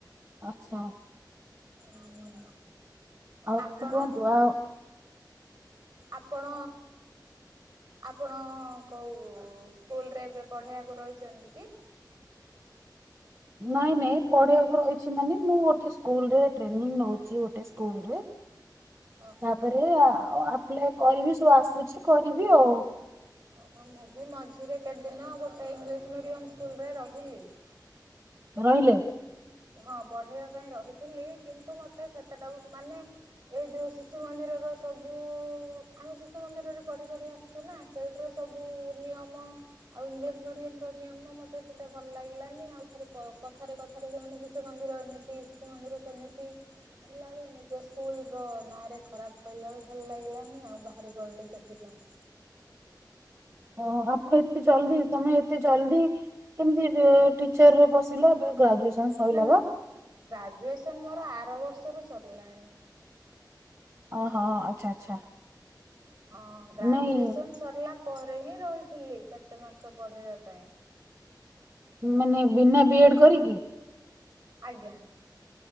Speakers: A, on the right; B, on the right.
A: ଆଚ୍ଛା।
B: ହୁଁ
A: ଆଉ
B: ଆପଣ?
A: କଣ କୁହନ୍ତୁ ଆଉ
B: ଆପଣ ଆପଣ କୋଉ ସ୍କୁଲରେ ଏବେ ପଢେଇବାକୁ ରହିଛନ୍ତି କି?
A: ନାଇଁ ନାଇଁ ପଢେଇବାକୁ ରହିଛି ମାନେ ମୁଁ ଗୋଟେ ସ୍କୁଲରେ ଟ୍ରେନିଂ ନୋଉଛି ଗୋଟେ ସ୍କୁଲ ରେ
B: ଓହୋ।
A: ତାପରେ ଆଉ ଆପ୍ଲାଏ କରିବି ସବୁ ଆସୁଛି କରିବି ଆଉ।
B: ଓହୋ ମୁଁ ବି ମଝିରେ କେତେଦିନ ଗୋଟେ ଇଂଲିଶ ମିଡିୟମ ସ୍କୁଲରେ ରହିଲି
A: ରହିଲେ?
B: ହଁ ପଢେଇବା ପାଇଁ ରହିଥିଲି କିନ୍ତୁ ମତେ ସେତେଟାକୁ ମାନେ ଏଇ ଯୋଉ ଶିଶୁ ମନ୍ଦିରର ସବୁ ଆମେ ଶିଶୁ ମନ୍ଦିରରେ ପଢି ପଢି ଆସ ସୁନା ସେଇଠିରେ ସବୁ ନିୟମ ଆଉ ଇଂଲିଶ ମିଡିୟମ ର ନିୟମ ମତେ ସେତେ ଭଲ ଲାଗିଲାନି ଆଉ ଥରେ କ କଥ କଥାରେ କଥାରେ ସେମାନେ ଶିଶୁ ମନ୍ଦିର ଏମିତି ଶିଶୁ ମନ୍ଦିର ସେମିତି କହିଲା ବେଳକୁ ନିଜ ସ୍କୁଲ ର ନାଁରେ ଖରାପ କହିଲା ବେଳୁ ଭଲ ଲାଗିଲାନି ଆଉ ବାହାରି ପଡିଲି ସେଥିପାଇଁ।
A: ଓ ଆପଣ ଏତେ ଜଲଦି ତମେ ଏତେ ଜଲଦି କେମତି ରଅ ଟିଚରରେ ପସିଲା ଏବେ ଗ୍ରାଜୁଏସନ ସଇଲା
B: ନା ନା
A: ବା।
B: ଗ୍ରାଜୁଏସନ ମୋର ଆର ବର୍ଷରୁ ସରିଲାଣି।
A: ଓ ହଁ ଆଚ୍ଛା ଆଚ୍ଛା।
B: ହଁ ଗ୍ରାଜୁଏସନ
A: ନାଇଁ
B: ସରିଲା ପରେ ହିଁ ରହିଥିଲି କେତେ ମାସ ପଢେଇବା ପାଇଁ
A: ମାନେ ବିନା ବି ଏଡ କରିକି
B: ଆଜ୍ଞା।